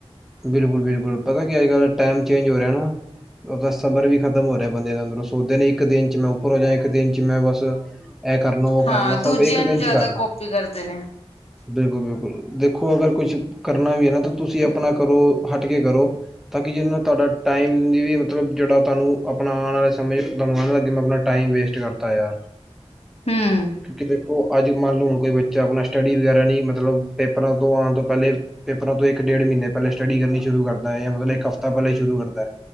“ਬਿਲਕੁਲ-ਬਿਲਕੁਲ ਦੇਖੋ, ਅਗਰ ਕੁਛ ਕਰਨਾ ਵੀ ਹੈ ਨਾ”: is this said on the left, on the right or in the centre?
Centre